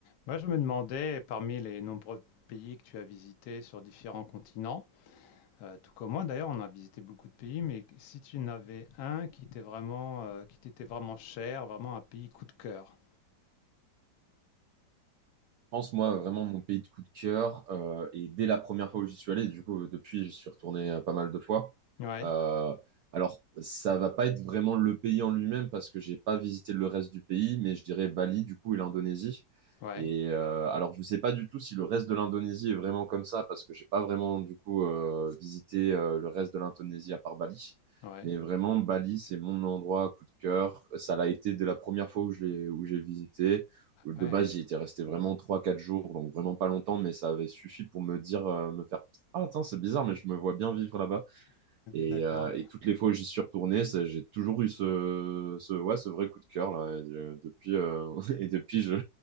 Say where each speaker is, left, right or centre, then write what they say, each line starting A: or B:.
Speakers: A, on the left; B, on the right.
A: Moi, je me demandais, parmi les nombreux pays que tu as visités sur différents continents, euh, tout comme moi d'ailleurs, on a visité beaucoup de pays, mais si tu en avais un qui t'est vraiment, euh, qui t'était vraiment cher, vraiment un pays coup de cœur.
B: pense, moi, vraiment, mon pays de coup de cœur, euh, et dès la première fois où j'y suis allé, du coup, euh, depuis, j'y suis retourné euh, pas mal de fois.
A: Ouais,
B: Euh, alors, ça va pas être vraiment le pays en lui-même parce que j'ai pas visité le reste du pays, mais je dirais Bali, du coup, et l'Indonésie.
A: ouais,
B: Et euh, alors, je sais pas du tout si le reste de l'Indonésie est vraiment comme ça parce que j'ai pas vraiment, du coup, euh, visité euh, le reste de l'Indonésie à part Bali.
A: ouais,
B: Mais vraiment, Bali, c'est mon endroit coup de cœur. Ça l'a été dès la première fois où j'ai où j'ai visité de
A: ouais.
B: base, j'y étais resté vraiment trois quatre jours, donc vraiment pas longtemps, mais ça avait suffi pour me dire, euh, me faire Ah, tiens, c'est bizarre, mais je me vois bien vivre là-bas. Et,
A: D'accord.
B: euh, et toutes les fois où j'y suis retourné, ça- j'ai toujours eu ce, ce, ouais, ce vrai coup de cœur, là. Et, euh, depuis, euh, <laughs> et depuis, je,